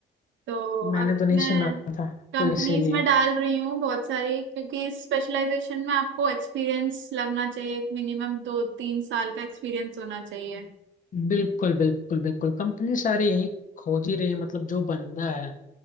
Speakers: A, on the right; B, on the left.
A: तो
B: मैंने
A: अभी
B: तो नहीं
A: मैं
B: सुना था
A: कंपनीज
B: तो इसीलिए
A: में डाल रही हूँ बहुत सारी क्योंकि इस स्पेशलाइजेशन में आपको एक्सपीरियंस लगना चाहिए मिनिमम दो तीन साल का एक्सपीरियंस होना चाहिए
B: बिल्कुल बिल्कुल बिल्कुल कंपनी सारे यही खोज ही रही है मतलब जो बंदा है